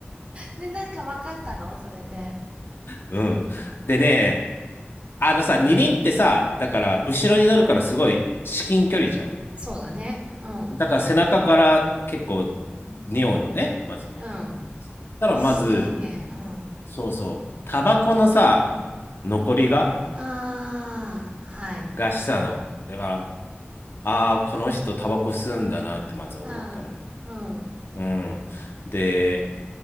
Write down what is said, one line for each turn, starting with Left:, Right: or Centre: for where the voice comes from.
Right: で、なんかわかったのそれで。
Left: うん。でね、あのさ、二輪ってさ、だから、後ろに乗るからすごい至近距離じゃん。
Right: そうだね。うん。
Left: だから背中から結構匂うのね、まずね。
Right: うん。
Left: そしたらまず、
Right: すごいね。うん。
Left: そうそう、タバコのさ、残りが、
Right: あー、はい。
Left: がしたの。だから、ああ、この人タバコ吸うんだなってまず思ったのよ。
Right: あー、うん。
Left: うん。で、